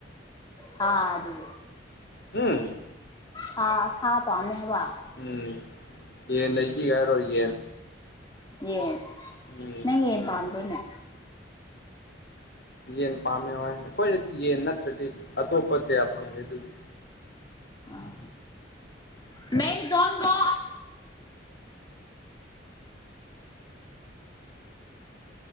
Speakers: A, on the left (about 20°); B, on the left (about 55°).
A: ꯍꯥ ꯗꯨ
B: ꯎꯝ
A: ꯁꯥ ꯁꯥ ꯄꯥꯝꯃꯦ ꯍꯥꯏꯕ
B: ꯎꯝ ꯌꯦꯟ ꯂꯩꯕꯤꯒꯦ ꯍꯥꯏꯔꯣ ꯌꯦꯟ
A: ꯌꯦꯟ
B: ꯎꯝ
A: ꯅꯪ ꯌꯦꯟ ꯄꯥꯝꯗ꯭ꯔꯣꯅꯦ
B: ꯌꯦꯟ ꯄꯥꯝꯃꯦ ꯍꯣꯏ ꯑꯩꯈꯣꯏꯗꯗꯤ ꯌꯦꯟ ꯅꯠꯇ꯭ꯔꯗꯤ ꯑꯇꯣꯞꯄ ꯀꯌꯥ ꯐꯪꯗꯦ ꯑꯗꯨꯒꯤ
A: ꯑꯥ <unintelligible>